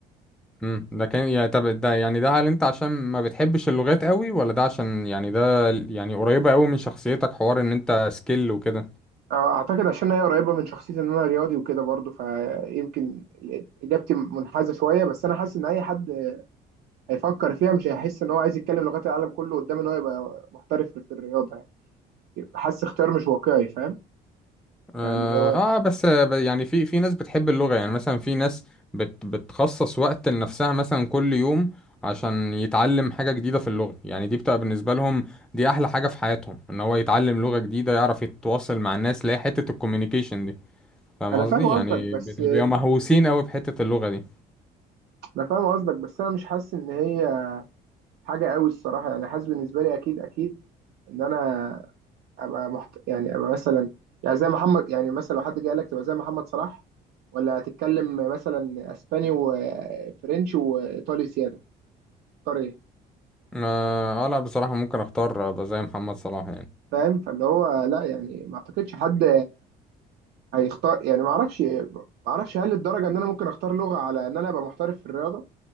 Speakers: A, in the centre; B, on the right.
A: امم ده كان يعني طب ده يعني ده هل انت عشان ما بتحبش اللغات قوي ولا ده عشان يعني ده يعني قريبه قوي من شخصيتك حوار ان انت سكيل وكده
B: آه، اعتقد عشان هي قريبه من شخصيتي ان انا رياضي وكده برضه فيمكن اجابتي منحازه شويه بس انا حاسس ان اي حد هيفكر فيها مش هيحس ان هو عايز يتكلم لغات العالم كله قدام ان هو يبقى محترف في الرياضه يعني يبقى حاسس اختيار مش واقعي فاهم
A: اه
B: يعني اللي هو
A: آه، بس آه، يعني في في ناس بتحب اللغة يعني مثلا في ناس بت بتخصص وقت لنفسها مثلا كل يوم عشان يتعلم حاجة جديدة في اللغة يعني دي بتبقى بالنسبة لهم دي أحلى حاجة في حياتهم إن هو يتعلم لغة جديدة يعرف يتواصل مع الناس اللي هي حتة الكوميونيكيشن دي فاهم
B: انا
A: قصدي
B: فاهم قصدك
A: يعني
B: بس
A: بت- بيبقوا مهووسين أوي بحتة اللغة دي
B: انا فاهم قصدك بس انا مش حاسس ان هي حاجه قوي الصراحه يعني حاسس بالنسبه لي اكيد اكيد ان انا ابقى محت... يعني ابقى مثلا يعني زي محمد يعني مثلا لو حد جه قال لك تبقى زي محمد صلاح ولا هتتكلم مثلا اسباني وفرنش وايطالي زياده اختار ايه
A: اه آه، لا بصراحة ممكن أختار أبقى زي محمد صلاح يعني
B: فاهم فاللي هو لا يعني ما اعتقدش حد هيختار يعني ما اعرفش ما اعرفش هل الدرجه ان انا ممكن اختار لغه على ان انا ابقى محترف في الرياضه